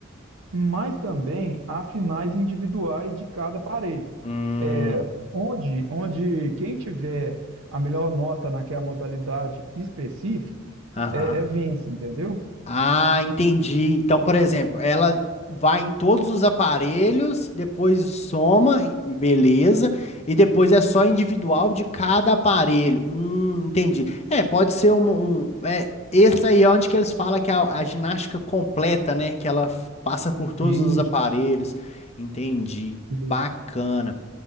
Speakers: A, on the right; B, on the left.
A: Mas também há finais individuais de cada aparelho,
B: Hum,
A: é, onde, onde quem tiver a melhor nota naquela modalidade específica
B: aham.
A: é, é vence, entendeu?
B: Ah, entendi. Então, por exemplo, ela vai em todos os aparelhos, depois soma, beleza, e depois é só individual de cada aparelho. Hum, entendi. É, pode ser um, um- é, esse aí é onde que eles falam que é a, a ginástica completa, né? Que ela f- passa por todos
A: Isso,
B: os aparelhos. Entendi. Bacana.
A: isso.